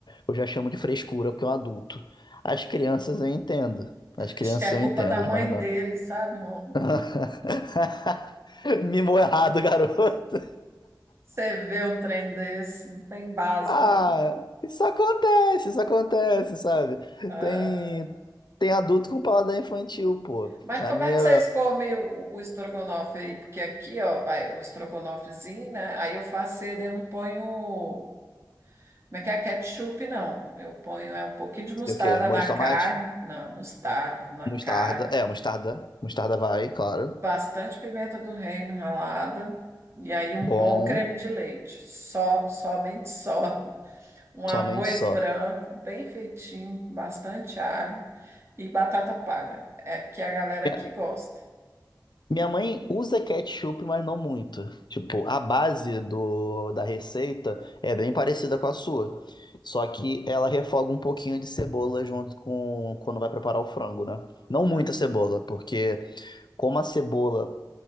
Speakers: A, on the left; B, on the right.
A: eu já chamo de frescura, porque é um adulto. As crianças eu entendo. As crianças
B: Acho que é
A: eu
B: culpa
A: entendo,
B: da mãe
A: mas não.
B: dele, sabe, Rômulo?
A: <laughs> Mimou errado, garoto.
B: Você vê um trem desse, não tem base,
A: Ah,
B: não.
A: isso acontece, isso acontece, sabe?
B: Ah,
A: Tem, tem adulto com paladar infantil, pô.
B: Mas
A: A
B: como
A: minha,
B: é que vocês comem o, o estrogonofe aí? Porque aqui, ó, vai o estrogonofezinho, né? Aí eu faço ele, eu não ponho, como é que é, ketchup, não. Eu ponho é um pouquinho de mostarda
A: sei o quê, molho
B: na
A: de tomate?
B: carne, não, mostarda na
A: Mostarda.
B: carne,
A: É, mostarda. Mostarda vai, claro.
B: bastante pimenta do reino ralada, e aí um
A: Bom.
B: bom creme de leite, só, somente só. um arroz
A: Somente só.
B: branco, bem feitinho, bastante alho e batata palha, é que a galera
A: Minha-
B: que gosta.
A: Minha mãe usa ketchup, mas não muito. Tipo, a base do, da receita é bem parecida com a sua. Só que ela refoga um pouquinho de cebola junto com quando vai preparar o frango, né? Não
B: Hum,
A: muita cebola, porque como a cebola